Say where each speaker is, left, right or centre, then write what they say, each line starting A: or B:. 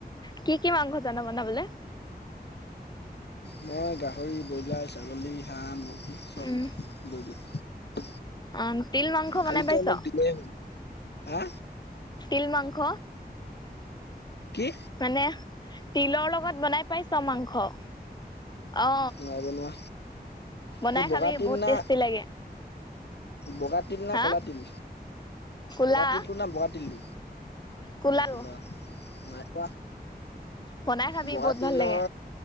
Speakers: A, on the left; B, on the left.
A: কি কি মাংস জানা বনাবলে।
B: মই, গাহৰি, ব্ৰইলাৰ, ছাগলী, হাঁহ, মুৰ্গী চব
A: উম,
B: বইল
A: অ', তিল মাংস বনাই
B: খালি
A: পাইছ?
B: তই মোক দিলেই হ'ল হা
A: তিল মাংস?
B: কি
A: মানে, তিলৰ লগত বনাই পাইছ মাংস? অ
B: নাই বনোৱা।
A: বনাই
B: ক বগা
A: খাবি
B: তিল
A: বহুত
B: না
A: টেষ্টি লাগে।
B: বগা তিল না
A: হা
B: ক'লা তিল?
A: কোলা
B: ক'লা তিলটো না বগা তিলটো?
A: কোলাটো
B: অ', কোলা নাই পোৱা।
A: বনাই খাবি
B: বগা
A: বহুত
B: তিলৰ
A: ভাল লাগে